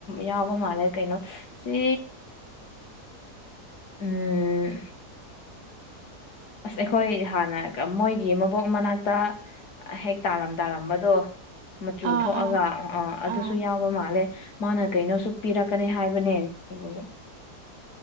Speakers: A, on the left (about 85°); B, on the right (about 90°).
A: ꯌꯥꯎꯕ ꯃꯥꯜꯂꯦ ꯀꯩꯅꯣ ꯆꯦ ꯎꯝ ꯑꯁ ꯑꯩꯈꯣꯏ ꯍꯥꯟꯅ ꯃꯣꯏꯒꯤ ꯃꯕꯣꯛ ꯃꯅꯥꯛꯇ ꯍꯦꯛ ꯇꯥꯔꯝ ꯇꯥꯔꯝꯕꯗꯣ ꯃꯆꯨ
B: ꯑꯥ
A: ꯊꯣꯛꯑꯒ
B: ꯑꯥ
A: ꯑ ꯑꯗꯨꯁꯨ
B: ꯑꯥ
A: ꯌꯥꯎꯕ ꯃꯥꯜꯂꯦ ꯃꯥꯅ ꯀꯩꯅꯣꯁꯨ ꯄꯤꯔꯛꯀꯅꯤ ꯍꯥꯏꯕꯅꯦ ꯑꯗꯨ